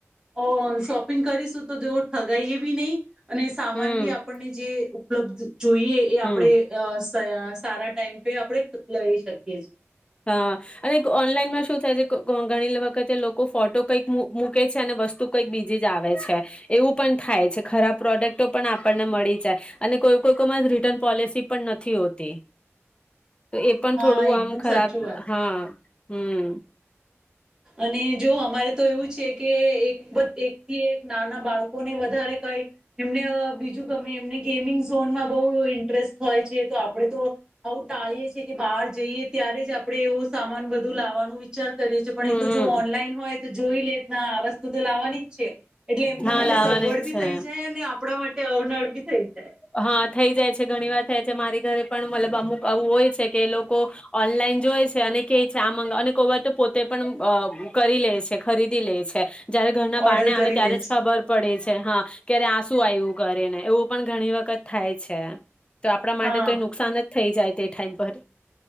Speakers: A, on the right (about 15°); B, on the left (about 20°).
A: ઓ શોપિંગ કરીશું તો જોવ ઠગાવ એ બી નહી અને સામાન
B: હમ
A: બી આપણને જે ઉપલબ્ધ જોઈએ એ
B: હમ
A: આપણેે અ સારા ટાઈમ પે આપણે લઈ શકીએ છીએ
B: હા, અને ઓનલાઈનમાં શું થાય છે ઘણી વખતે લોકો ફોટો કંઈક મૂકે છે અને વસ્તુ કંઈક બીજી જ આવે છે એવું પણ થાય છે ખરાબ પ્રોડક્ટો પણ આપણને મળી જાય અને કોઈ કોઈમાં જ રિટર્ન પોલિસી પણ નથી હોતી તો એ પણ
A: હા
B: થોડું
A: એકદમ
B: આમ ખરાબ
A: સાચું વાત.
B: હા. હમ.
A: અને જો અમારે તો એવું છે કે એક એકથી એક નાના બાળકોને વધારે કઈ એમને બીજું ગમે એમને ગેમિંગ ઝોનમાં બહુ ઇન્ટરેસ્ટ હોય છે. તો આપડે તો. ટાળીએ છી કે બહાર જઈએ ત્યારે જ આપડે એવું સામાન બધું લાવવાનું વિચાર. કરીી પણ
B: હમ
A: એ તો જો ઓનલાઈન હોય. જોઈ લે ના. વતુ તો લાવવાની જ છે એટલે એમના
B: હા
A: માટે
B: લાવવાની
A: સગવડ
B: જ
A: બી
B: છે
A: થઈ જાય અનેને આપણા માટે... તે અવનળ બી થઈ જાય.
B: હા થઈ જાય છે ઘણી વાર થાય છે મારી ઘરે પણ મતલબ અમુક આવું હોય છે કે એ લોકો ઓનલાઈન જોય છે અને કે છે આ અને કોઈ વાર તો પોતે પણ કરી લે છે ખરીદી લે છે. જયારે ઘરના
A: ઓર્ડર
B: બહાર ને આવે
A: કરી
B: ત્યારે
A: લે
B: જ
A: છે
B: ખબર પડે. હા ક્યારે આસું આવ્યું કરે ને એવું પણ ઘણી વખત. વત થાય છે. તો આપણા માટે
A: હા
B: તો નુકસાન જ થઈ જાય. તે ટાઈમ પર.